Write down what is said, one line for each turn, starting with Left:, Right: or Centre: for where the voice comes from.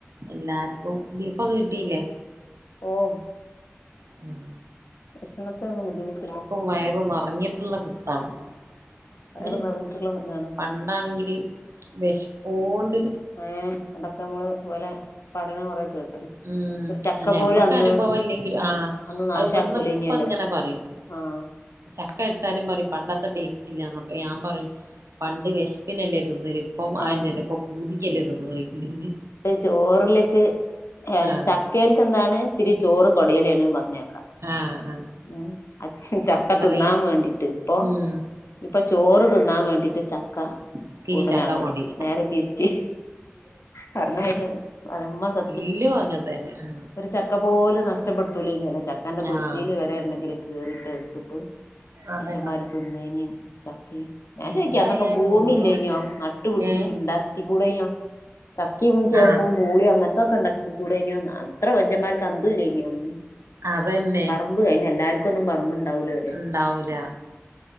Right: എല്ലാർക്കും ബീഫൊക്കെ കിട്ടിയില്ലേ?
Left: ഓഹ്
Right: ഉം
Left: ഭക്ഷണത്തിനൊന്നും ബുദ്ധിമുട്ടില്ല.
Right: വയർ ന്ന പഞ്ഞിത്തുള്ള കുത്താണ്
Left: ആഹ് വയറ്
Right: ഹ് ഹ്
Left: നിറഞ്ഞിട്ടുള്ള ഇതാണ് ഇപ്പൊ
Right: പണ്ടാണെങ്കില് വെഷ്പ്പോണ്ട്
Left: ഏം അതൊക്കെ മ്മള് പോലെ പറിണ കൊറെ കേട്ട്ണ്.
Right: ഉം
Left: ഒരു ചക്ക
Right: അല്ലെ
Left: പോലും
Right: നമ്മക്ക്
Left: അന്ന്
Right: അനുഭവം ല്ലെങ്കിലും ആഹ്
Left: അന്ന് നാശാക്കൂലേനിയല്ലോ
Right: അഹ് ബട്ന്ന് പ്പ ങ്ങനെ പറയും.
Left: ആഹ്
Right: ചക്ക വെച്ചാലും പറിം പണ്ടത്തെ ടേസ്റ്റ് ഇല്ലാന്ന് അപ്പ ഞാ പറിം പണ്ട് വെഷ്പ്പ്നല്ലേ തിന്നല്. പ്പം അഹല്ലല്ലേ
Left: ആഹ്
Right: ഇപ്പൊ പൂതിക്കല്ലേ ത്ന്ന്ണോയ്ക്കും ഞാൻ.
Left: ചോർലേക്ക് എൽ
Right: ഞാന്
Left: ചക്കേൽ തിന്നാണ് തിരി ചോറ് കൊടിയൽ ണ് പർഞ്ഞേക്കാ.
Right: ആഹ് ആഹ്
Left: ഉം അച്ച് ചക്ക
Right: ആഹ് അത്രയും
Left: തിന്നാൻ വേണ്ടിട്ട് ഇപ്പൊ
Right: ഉം
Left: ഇപ്പ ചോറ് തിന്നാൻ വേണ്ടി ട്ട് ചക്ക
Right: ഇത്തിരി
Left: കൂട്ടലാണ്
Right: ചക്കപ്പൊടി
Left: നേരെ തിര്ച്ച് പറണായിരന്നെ പറിമ്പം സ
Right: ഇല്ലോ വാങ്ങേണ്ടേന്ന് ഉം
Left: ഒര് ചക്ക പോലും നഷ്ടപ്പെട്ത്തൂലേനില്ലോ ചക്കൻന്റെ തൂർ
Right: ആഹ്
Left: വരെ ണ്ടെങ്കില് കേറിട്ട് ട്ത്ത്ട്ട്
Right: അതന്നെ
Left: മൻഷമ്മാര് തിന്നേ നിം ചക്കേം. ഞാൻ ചോയിക്കാ
Right: ഏതായാലും
Left: അന്നൊക്കെ ഭൂമി
Right: ഓരോ
Left: ഇല്ലേനോ നട്ട് പുട്പ്പിച്ച്
Right: ഏഹ്
Left: ണ്ടാക്കി കൂടെനോ? ചക്കിയും ചേമ്പും
Right: ആഹ്
Left: പൂളിയും അങ്ങനത്തെക്കെ ണ്ടാക്കി കൂടെനിന്ന് അത്ര മനുഷ്യന്മാർക്ക് അന്തും ഇല്ല്യനിയോ അന്ന്
Right: അതന്നെ
Left: മ്പ് അയിന് എല്ലർക്കുംന്നും പറമ്പ്ണ്ടാവുലലോ
Right: ണ്ടാവൂലാ